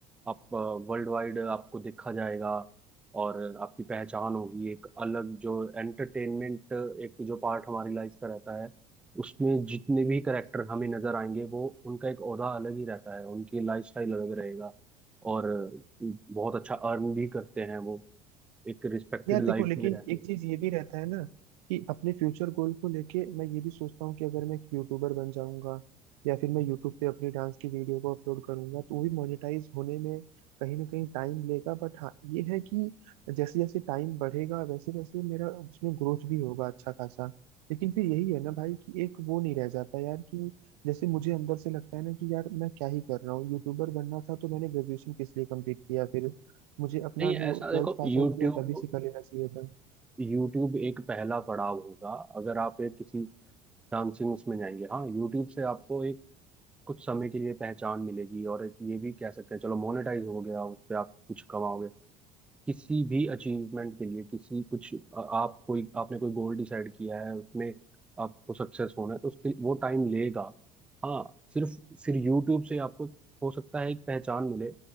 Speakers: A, in the centre; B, on the right.
A: आप वर्ल्ड वाइड आपको देखा जाएगा और आपकी पहचान होगी एक अलग जो एंटरटेनमेंट एक जो पार्ट हमारी लाइफ का रहता है उसमें जितने भी करेक्टर हमें नजर आएंगे वो उनका एक ओहदा अलग ही रहता है उनकी लाइफस्टाइल अलग रहेगा और बहुत अच्छा अर्न भी करते हैं वो एक रिस्पेक्टेड
B: यार
A: लाइफ
B: देखो लेकिन
A: में रहते
B: एक
A: हैं
B: चीज ये भी रहता है ना कि अपने फ्यूचर गोल को लेके मैं ये भी सोचता हूँ कि अगर मैं एक यूट्यूबर बन जाऊंगा या फिर मैं यूट्यूब पे अपनी डांस की वीडियो को अपलोड करूंगा तो वो भी मोनेटाइज होने में कहीं ना कहीं टाइम लेगा बट हाँ ये है कि जैसे जैसे टाइम बढ़ेगा वैसे वैसे मेरा उसमें ग्रोथ भी होगा अच्छा खासा लेकिन फिर यही है ना भाई कि एक वो नहीं रह जाता यार कि जैसे मुझे अंदर से लगता है ना कि यार मैं क्या ही कर रहा हूँ यूट्यूबर बनना था तो मैंने ग्रेजुएशन किस लिए कंप्लीट किया फिर मुझे अपना
A: नहीं
B: जो
A: ऐसा
B: ट्वेल्थ
A: देखो
B: पास
A: यूट्यूब
B: आउट किया तभी से कर लेना चाहिए था
A: यूट्यूब एक पहला पड़ाव होगा अगर आप एक किसी डांसिंग उसमें जाएंगे हाँ यूट्यूब से आपको एक कुछ समय के लिए पहचान मिलेगी और एक ये भी कह सकते हैं चलो मोनेटाइज हो गया उस पर आप कुछ कमाओगे किसी भी अचीवमेंट के लिए किसी कुछ अ, आप कोई आपने कोई गोल डिसाइड किया है उसमें आपको सक्सेस होना है तो उसके वो टाइम लेगा हाँ सिर्फ फिर यूट्यूब से आपको हो सकता है एक पहचान मिले